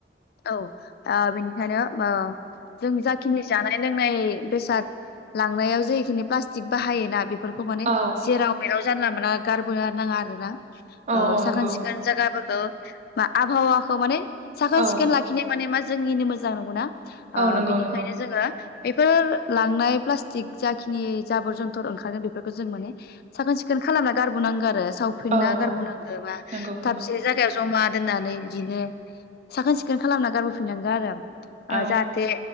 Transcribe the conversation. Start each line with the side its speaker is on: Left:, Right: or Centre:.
Left: औ ओ बेनिखायनो ओ जों जाखिनि जानाय लोंनाय बेसाद लांनायाव जेखिनि प्लास्टिक बाहायोना बे फोरखौ माने
Right: औ
Left: <unintelligible> जानला मानना गारबो नाङा आरो ना
Right: औ औ
Left: साखोन
Right: नंगौ
Left: सिखोन जायगाफोरखौ बा आबहावाखौ माने साखोन
Right: औ
Left: सिखोन लाखिनाय माने मान जोंनिनो मोजां नंगौ ना
Right: औ नंगौ
Left: बिनिखायनो
Right: नंगौ
Left: जोङो बेफोर लांनाय प्लास्टिक जाखिनि जाबोर जन्थर ओंखारगोन बेफोरखौ जों माने साखोन सिखोन खालामना गारबोनांगौ आरो सावफिनना
Right: औ
Left: गारबोनांगौ
Right: औ
Left: बा
Right: नंगौ
Left: थाबसे
Right: नंगौ
Left: जायगायाव जमा दोननानै बिदिनो साखोन सिखोन खालामना गारबोफिनांगौ आरो
Right: औ
Left: ओ जाहाथे